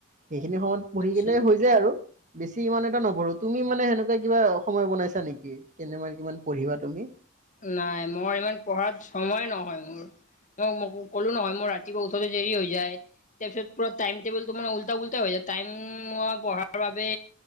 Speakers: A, on the right; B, on the left.
A: সেইখিনি সময়ত পঢ়ি
B: আচ্ছা
A: কিনে হৈ যায় আৰু। বেছি ইমান এটা নপঢ়ো তুমি মানে সেনেকুৱা কিবা সময় বনাইছা নেকি কেনেবা কিমান পঢ়িবা তুমি
B: নাই মই ইমান পঢ়াত সময় নহয় মোৰ। মই কলো নহয় মোৰ ৰাতিপুৱা উঠতে দেৰি হৈ যায়। তাৰ পিছত পুৰা টাইম টেবুলটো মানে ওল্টা পুল্টা হৈ যায় টাইম পঢ়াৰ বাবে